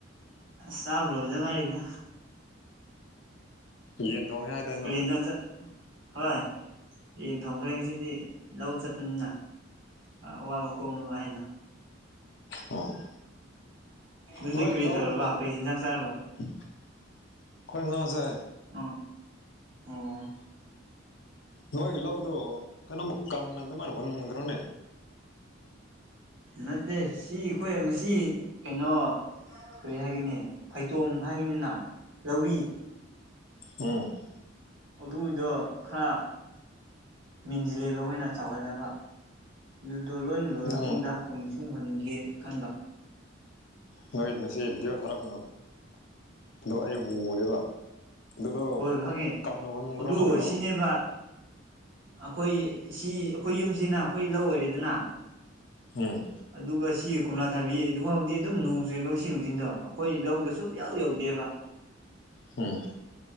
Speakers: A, on the right; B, on the left.
A: ꯆꯥꯕ ꯂꯣꯏꯕꯗ ꯉꯥꯏꯔꯤꯗ
B: ꯌꯦꯟ ꯊꯣꯡꯉꯦ ꯍꯥꯏꯗꯅ
A: ꯀꯔꯤ ꯏꯟꯖꯥꯡ ꯆꯥ ꯍꯣꯏ ꯌꯦꯟ ꯊꫭꯡꯈ꯭ꯔꯦ ꯆꯁꯤꯡꯗꯤ ꯂꯧ ꯆꯠꯄꯅꯤꯅ ꯑꯋꯥꯕ ꯀꫭꯛꯅꯕ ꯍꯥꯏꯅ
B: ꯑꫭ
A: ꯅꯣꯏꯗꯤ
B: ꯅꯣꯏꯒꯤ
A: ꯀꯔꯤ ꯇꯧꯔꯕ
B: ꯂꯧꯗꯣ
A: ꯀꯔꯤ ꯍꯦꯟꯖꯥꯡ ꯆꯥꯔꯕ
B: ꯑꯩꯈꯣꯏ ꯉꯥꯥꯁꯦ
A: ꯑꯣ ꯑꯣ
B: ꯅꯣꯏꯒꯤ ꯂꯧꯗꯣ ꯀꯩꯅꯣꯃꯛ ꯀꯪꯅ ꯑꯗꯨꯃꯥꯏꯅ ꯍꯨꯟꯈ꯭ꯔꯣꯅꯦ
A: ꯅꯠꯇꯦ ꯁꯤ ꯑꯩꯈꯣꯏ ꯉꯁꯤ ꯀꯩꯅꯣ ꯀꯔꯤ ꯍꯥꯏꯒꯅꯤ ꯐꯩꯇꯣꯝ ꯍꯥꯏꯒꯅꯤꯅ ꯂꯧꯔꯤ
B: ꯎꯝ
A: ꯑꯗꯨꯗꯣ ꯈꯔ ꯃꯦꯟꯁꯤꯜꯂꯦꯕ ꯑꯈꯣꯏꯅ ꯆꯥꯎꯍꯜꯂꯦꯕ ꯑꯗꯨꯗꯣ ꯂꯣꯏꯅ ꯂꯣꯏꯔꯕ
B: ꯅꯪ
A: ꯃꯇꯨꯡꯗ ꯍꯨꯟꯁꯤꯡ ꯍꯨꯟꯒꯦ ꯈꯟꯕ
B: ꯅꯣꯏ ꯉꯁꯤ ꯚꯤꯗꯤꯑꯣ ꯊꯥꯔꯛꯄꯗꯣ ꯑꯩ ꯎꯌꯦꯕ ꯑꯗꯨꯗꯣ
A: ꯍꯣꯏ ꯈꯪꯉꯦ
B: ꯀꯪꯅ ꯍꯨꯟꯈ꯭ꯔꯣꯅ
A: ꯑꯗꯨ
B: ꯀꯩꯅꯣ
A: ꯁꯤꯅꯦꯕ ꯑꯩꯈꯣꯏ ꯁꯤ ꯑꯩꯈꯣꯏ ꯌꯨꯝꯁꯤꯅ ꯑꯩꯈꯣꯏ ꯂꯧ ꯑꯣꯏꯔꯦꯗꯅ
B: ꯎꯝ
A: ꯑꯗꯨꯒ ꯁꯤ ꯀꯣꯝꯂꯥ ꯊꯥꯕꯤ ꯑꯗꯨ ꯐꯥꯎꯗꯤ ꯑꯗꯨꯝ ꯅꯣꯡ ꯆꯨꯨꯔꯕ ꯉꯪꯁꯤ ꯅꯨꯡꯊꯤꯟꯗꯣ ꯑꯩꯈꯣꯏ ꯂꯧꯗ ꯁꯨꯡ ꯌꯥꯎ ꯌꯧꯗꯦꯕ
B: ꯍꯝ